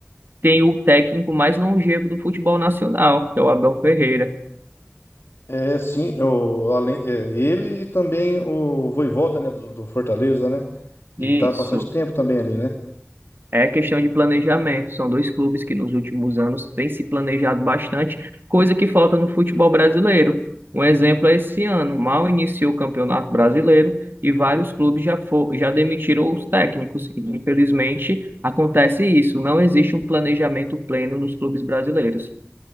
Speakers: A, on the right; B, on the left.
A: tem o técnico mais longevo do futebol nacional, que é o Abel Ferreira.
B: É, sim, o, além, é, ele e também o Vojvoda, né? Do, do Fortaleza, né? Ele
A: Isso.
B: tá há bastante tempo também ali, né?
A: É questão de planejamento. São dois clubes que nos últimos anos têm se planejado bastante, coisa que falta no futebol brasileiro. Um exemplo é esse ano, mal iniciou o Campeonato Brasileiro e vários clubes já, fo- já demitiram os técnicos. E, Infelizmente, acontece isso. Não existe um planejamento pleno nos clubes brasileiros.